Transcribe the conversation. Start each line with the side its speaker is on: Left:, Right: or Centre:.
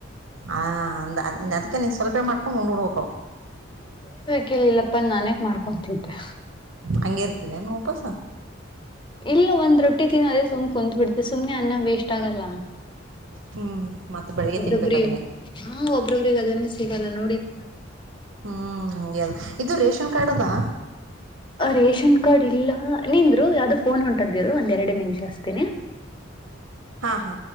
Right: ಆ ಅಂದ್ ಅದ್ಕ ನೀನ್ ಸ್ವಲ್ಪೇ ಮಾಡ್ಕೊಂಡು ಉಂಡ್ಬಿಡಬೇಕ.
Left: ಕೇಲ್ಲಿಲ್ಲಪ್ಪ ನಾನೇಕ ಮಾಡ್ಕೊಂತಿದ್ದೆ.
Right: ಹಂಗೆ ಇರ್ತದ ಉಪಾಸ.
Left: ಇಲ್ಲ ಒಂದ್ ರೊಟ್ಟಿ ತಿನ್ನೋ ಅದೇ ಸುಮ್ ಕುಂತ್ ಬಿಡ್ತ ಸುಮ್ನೆ ಅನ್ನ ವೇಸ್ಟ್ ಆಗಲ್ಲ.
Right: ಹ್ಮ್ ಮತ್ತ ಬೆಳಿಗ್ಗೆ
Left: ಒಬ್ರೊಬ್ರಿ
Right: ತಿನ್ಬೇಕ ಅದನ್ನೇ
Left: ಹ ಒಬ್ರೊಬ್ರಿಗೆ ಅದೇನೆ. ಸಿಗಲ್ಲ ನೋಡಿದ್ದಿಲ್ಲ.
Right: ಹ್ಮ್ ಹಂಗೆ ಅದು ಇದು ರೇಷನ್ ಕಾರ್ಡ್ ಅದಾ.
Left: ಹ ರೇಷನ್ ಕಾರ್ಡ್ ಇಲ್ಲ ನಿಂದ್ರು ಯಾವ್ದೋ ಫೋನ್ ಹೊಂಟದ. ಇರು ಒಂದ್ ಎರಡು ನಿಮಿಷ ಹಸ್ತೀನಿ.
Right: ಹಾ ಹಾ